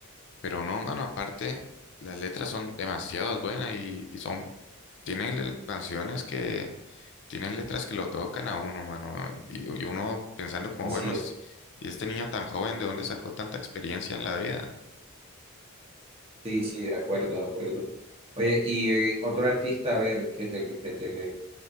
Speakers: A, on the left (about 55°); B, on the right (about 25°).
A: pero no, mano, aparte, las letras son demasiado buenas y, y son, tienen le- canciones que, tienen letras que lo tocan a uno, mano, y, y uno pensando como,
B: Así
A: bueno, es-
B: es.
A: y este niño tan joven, ¿de dónde sacó tanta experiencia en la vida?
B: Sí, sí, de acuerdo, de acuerdo. Oye, y eh, otro artista, a ver, que te, que, que te...